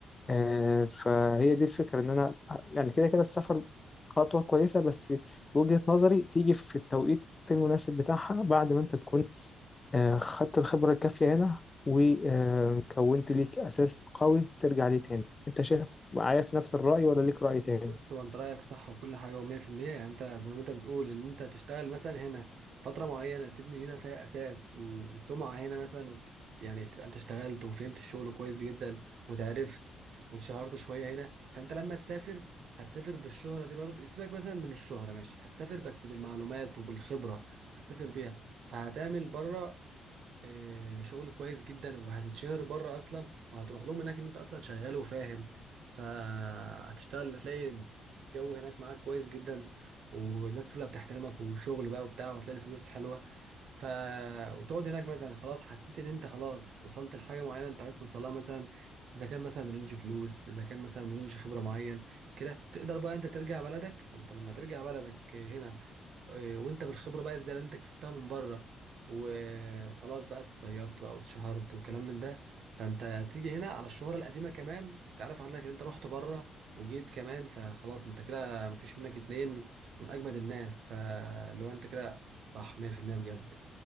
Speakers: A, on the left; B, on the right.
A: آه، فهي دي الفكره ان انا يعني كده كده السفر خطوه كويسه بس وجهه نظري تيجي في التوقيت المناسب بتاعها بعد ما انت تكون آه، خدت الخبرة الكافية هنا وكونت ليك أساس قوي ترجع ليه تاني أنت شايف معايا في نفس الرأي ولا ليك رأي تاني؟
B: بص هو انت رايك صح وكل حاجه و100% يعني انت زي ما انت بتقول ان انت تشتغل مثلا هنا فتره معينه تبني هنا فيها اساس و- وسمعه هنا مثلا وت... يعني تبقى انت اشتغلت وفهمت الشغل كويس جدا وتعرفت واتشهرت شويه هنا فانت لما تسافر هتسافر بالشهره دي برضه سيبك مثلا من الشهره ماشي هتسافر بس بالمعلومات وبالخبره هتسافر بيها فهتعمل بره آه، شغل كويس جدا وهتتشهر بره اصلا وهتروح لهم هناك ان انت اصلا شغال وفاهم فهتشتغل هتلاقي الجو هناك معاك كويس جدا والناس كلها بتحترمك وشغل بقى وبتاع وهتلاقي الفلوس حلوه ف وتقعد هناك مثلا خلاص حسيت ان انت خلاص وصلت لحاجه معينه انت عايز توصلها مثلا اذا كان مثلا رينج فلوس اذا كان مثلا رينج خبره معين كده تقدر بقى انت ترجع بلدك فانت لما ترجع بلدك هنا إيه، وانت بالخبره بقى الزياده اللي انت كسبتها من بره و- وخلاص بقى اتصيدت بقى واتشهرت وكلام من ده فانت تيجي هنا على الشهره القديمه كمان وتعرف عنك ان انت رحت بره وجيت كمان فخلاص انت كده مفيش منك اتنين من اجمد الناس فلو انت كده صح 100% بجد